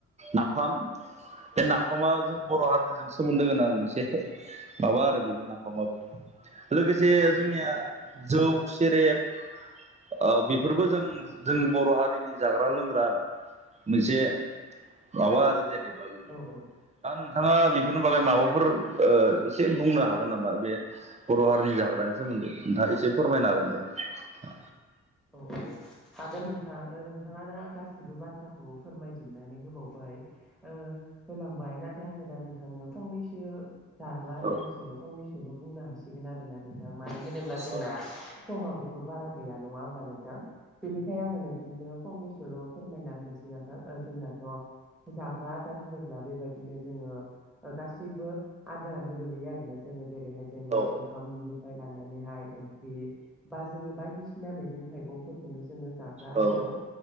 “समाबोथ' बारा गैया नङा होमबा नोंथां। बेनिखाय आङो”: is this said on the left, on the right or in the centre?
Centre